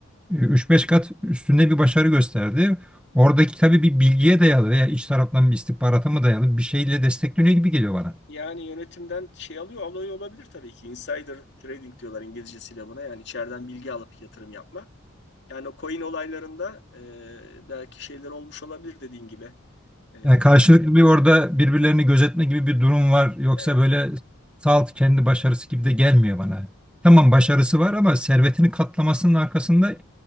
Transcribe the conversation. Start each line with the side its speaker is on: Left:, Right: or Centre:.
Centre: Üç beş kat üstünde bir başarı gösterdi. Oradaki tabii bir bilgiye dayalı veya iç taraftan bir istihbarata mı dayalı bir şeyle destekleniyor gibi geliyor bana.
Left: Yani yönetimden şey alıyor, alıyor olabilir tabii ki. Insider trading diyorlar İngilizcesiyle buna. Yani içeriden bilgi alıp yatırım yapma. Yani o coin olaylarında e, belki şeyler olmuş olabilir dediğin gibi. E,
Centre: Yani karşılıklı bir orada birbirlerini gözetme gibi bir durum var. Yoksa
Left: evet,
Centre: böyle salt kendi başarısı gibi de gelmiyor bana. Tamam başarısı var ama servetini katlamasının arkasında